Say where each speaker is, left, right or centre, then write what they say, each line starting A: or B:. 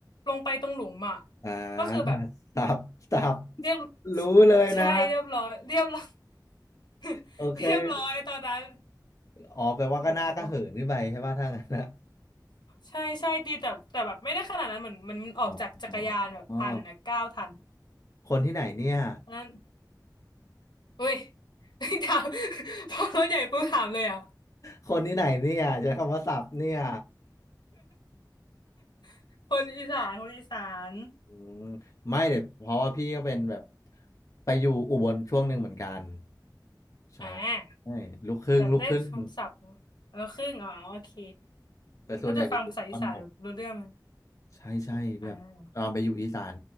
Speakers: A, on the left; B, on the left.
A: ลงไปตรงหลุมอ่ะ
B: อ่าสับสับ
A: ก็คือแบบเรียบ
B: รู้เลยนะ
A: ใช่เรียบร้อยเรียบร้อย <laughs>
B: โอเค
A: เรียบร้อยตอนนั้น
B: อ๋อแปลว่าก็หน้าก็เหินขึ้นไปใช่ป่ะถ้างั้นนะ
A: โอ้โหใช่ใช่ดีแต่แต่แบบไม่ได้ขนาดนั้นเหมือนมันมันออกจากจักรยานแบบทันนะก้าวทัน
B: อ๋ออ๋อคนที่ไหนเนี่ย
A: อันนั้นอุ้ย <laughs> ถาม <laughs> พอรถใหญ่ปุ๊บถามเลยเหรอ่ะ
B: คนที่ไหนเนี่ยใช้คำว่าสับเนี่ย
A: <laughs> คนอีสานคนอีสาน
B: อืมไม่เดี๋ยวเพราะว่าพี่ก็เป็นแบบไปอยู่อุบลช่วงหนึ่งเหมือนกัน ใช่
A: อ่า
B: ใช่ลูกครึ่งลูกครึ่ง
A: แบบได้คำศัพท์แล้วครึ่งอ๋อโอเค
B: แต่ส่วนใหญ่จะติดตอนหก
A: ถ้าจะฟังภาษาอีสานรู้เรื่องไหม
B: ใช่ใช่แบบตอนไปอยู่อีสาน
A: อ่า